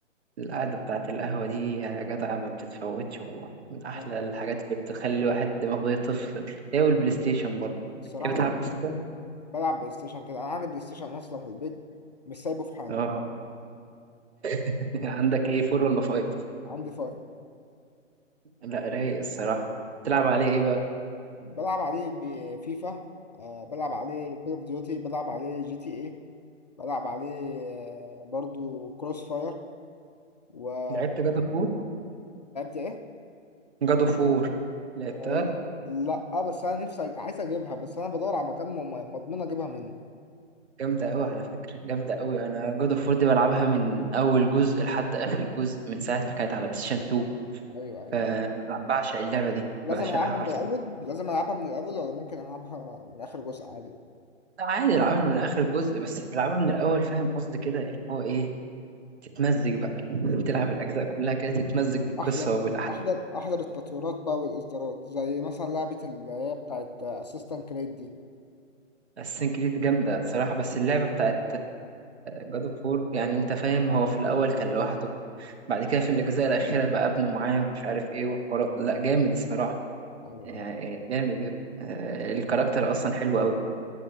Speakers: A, on the right; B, on the left.
A: القعدة بتاعة القهوة دي يا جدع ما بتتفوتش والله من أحلى
B: اه
A: الحاجات اللي بتخلي الواحد دماغه يطفي هي والبلاي ستيشن برضه
B: الصراحه
A: تحب تلعب
B: دي-
A: <laughs> بلاي ستيشن؟
B: بلعب بلاي ستيشن كده انا عندي بلاي ستيشن اصلا في البيت مش سايبه في حاله
A: اه <laughs> عندك ايه فور ولا فايف؟
B: <laughs> عندي فايف
A: لا رايق الصراحة تلعب عليه ايه بقى؟
B: بلعب عليه بفيفا آه بلعب عليه كول اوف ديوتي بلعب عليه جي تي اي بلعب عليه آه برضو كروس فاير ولعبت
A: لعبت جادو فور؟
B: ايه؟
A: جادو فور لعبتها
B: آه لا اه بس انا نفسي أج... عايز اجيبها بس انا بدور على مكان مم- مضمون اجيبها منه
A: جامدة أوي على فكرة جامدة أوي أنا جادو فور دي بلعبها من أول جزء لحد آخر جزء من ساعة ما كانت على بلاي ستيشن 2
B: ايوه ايوه
A: أنا بع- بعشق اللعبة دي
B: لازم
A: بعشقها
B: العبها
A: حرفيا
B: من الاول لازم العبها من الاول ولا ممكن العبها من اخر جزء عادي
A: عادي العبها من اخر الجزء بس تلعبها من الاول فاهم قصدي كده اللي هو ايه تتمزج بقى تلعب الاجزاء كلها كده تتمزج بالقصه
B: احضر
A: والاحداث
B: احضر احضر التطويرات بقى والاصدارات زي مثلا لعبة اللي هي بتاعت اسيستنت كريد دي
A: السين كريد جامده الصراحه بس اللعبه بتاعت جاد اوف وور يعني انت فاهم هو في الاول كان لوحده بعد كده في الاجزاء الاخيره بقى ابنه معاه ومش عارف ايه وحوارات لا جامد الصراحه
B: ايوه
A: يعني
B: أيوة.
A: جامد آه، الكاركتر اصلا حلو قوي